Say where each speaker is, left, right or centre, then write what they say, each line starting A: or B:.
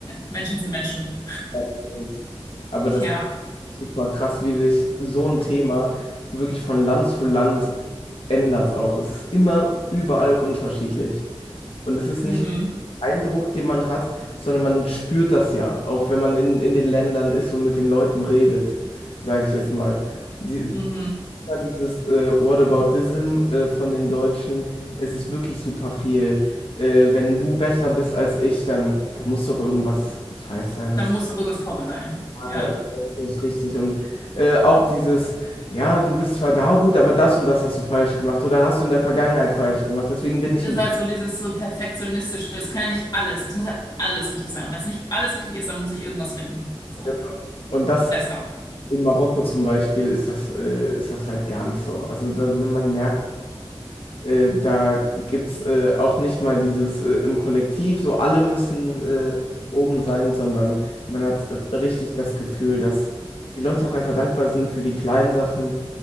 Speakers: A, on the left; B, on the left.
A: Menschen sind Menschen.
B: ja, hm. aber
A: Tja,
B: das Super krass, wie sich so ein Thema wirklich von Land zu Land ändert auch. Es ist immer überall unterschiedlich. Und es ist
A: mhm,
B: nicht ein Eindruck, den man hat, sondern man spürt das ja, auch wenn man in, in den Ländern ist und mit den Leuten redet, sage ich jetzt mal. Die,
A: mhm.
B: immer dieses äh, Whataboutism äh, von den Deutschen, es ist wirklich super viel. Äh, wenn du besser bist als ich, dann da muss doch irgendwas falsch sein
A: Da muss doch irgendwas faul sein.
B: aber
A: Ja.
B: ich weiß nicht richtig. Und äh, auch dieses, ja, du bist zwar da gut, aber das und das hast du falsch gemacht oder hast du in der Vergangenheit falsch gemacht. Deswegen bin ich
A: Ist
B: ein
A: halt so dieses so perfektionistische. Es kann ja nicht alles. Es muss ja alles richtig sein. Und wenn es nicht alles richtig ist, dann muss ich irgendwas finden. So.
B: bisschen. Und das
A: Das da.
B: in Marokko zum Beispiel ist das, äh, ist das halt gar nicht so. Also da, man merkt, Äh, da gibt es äh, auch nicht mal dieses äh, im Kollektiv, so alle müssen äh, oben sein, sondern man hat äh, richtig das Gefühl, dass die Leute auch einfach dankbar sind für die kleinen Sachen